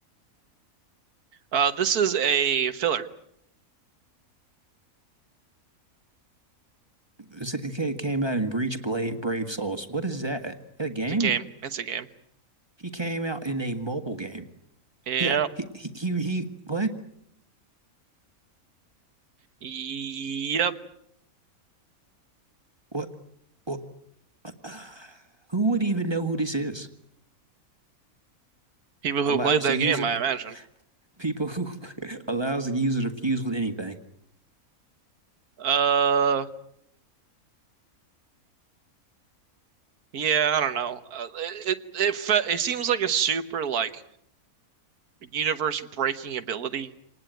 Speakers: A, on the right; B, on the right.
A: Uh, this is a filler.
B: It came out in Breach Blade Brave Souls. What is that? A game?
A: It's a game. It's a game.
B: He came out in a mobile game.
A: Yeah.
B: Yeah. He he he, he what?
A: Yep.
B: What what <sighs> who would even know who this is?
A: People who
B: Allows
A: played that
B: the user
A: game, I imagine.
B: people who <laughs> allows the user to fuse with anything.
A: Uh, yeah. I don't know. Uh, it it it, fe it seems like a super like universe breaking ability.